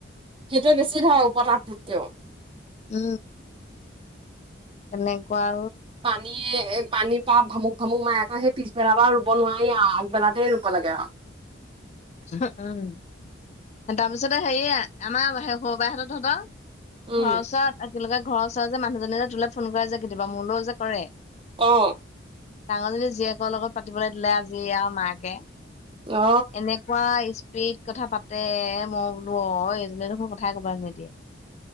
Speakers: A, on the right; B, on the left.
A: সেইটোৱে বেছি ধৰে উপ তাত টোতকও
B: উম এনেকোৱা
A: পানীয়ে পানী তা ভামুক ভামুক মায়ে আকৌ সেই পিছবেলাৰ পৰা ৰুব নোৱাৰি আৰু আগবেলাতেই ৰুব লাগে আৰু
B: উম তাৰপিছতে হেৰি আমাৰ স সৰু বাই হতত হহঁতৰ
A: উম
B: ঘৰৰ ওচৰত তোলে যে ঘৰৰ ওচৰ যে মানুহজনে যে তোলে ফোন কৰে যে কেতিয়াবা মোলৈও যে কৰে
A: অ
B: ডাঙৰজনী জীয়েকৰ লগত পাতিবলৈ দিলে আজি আৰু মাকে
A: অ
B: এনেকুৱা স্পি কি কথা পাতে মই বোলো অ এইজনী দেখোন কথাই একবাৰে নিদিয়ে